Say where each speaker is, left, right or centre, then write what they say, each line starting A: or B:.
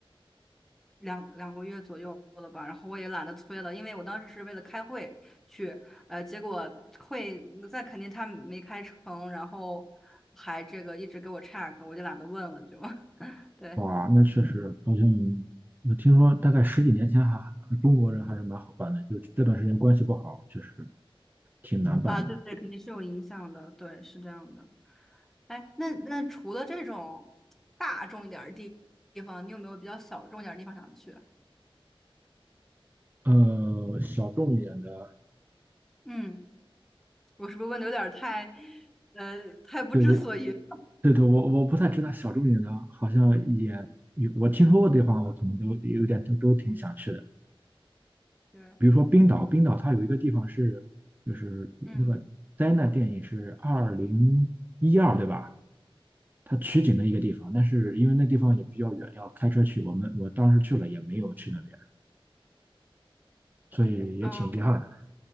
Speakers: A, in the centre; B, on the right.
A: 两两个月左右了吧，然后我也懒得催了，因为我当时是为了开会去，呃，结果会在肯定他没开成，然后还这个一直给我 check，我就懒得问了就 <laughs>，对
B: 哇，那确实好像我听说大概十几年前还中国人还是蛮好办的，就这段时间关系不好，确实挺难办的。
A: 啊，对对，肯定是有影响的，对，是这样的。哎，那那除了这种大众一点儿的地地方，你有没有比较小众一点儿的地方想去？
B: 呃，小众一点的，
A: 嗯，我是不是问的有点儿太，呃，太不知所云了？
B: 对对对对，我我不太知道小众一点的，好像也有我听说过的地方，我可能都有点都都挺想去的。
A: 对，
B: 比如说冰岛，冰岛它有一个地方是，就是那个灾难电影是二零
A: 嗯，
B: 一二，对吧？它取景的一个地方，但是因为那地方也比较远，要开车去。我们我当时去了也没有去那边，所以也挺遗憾的。
A: 啊。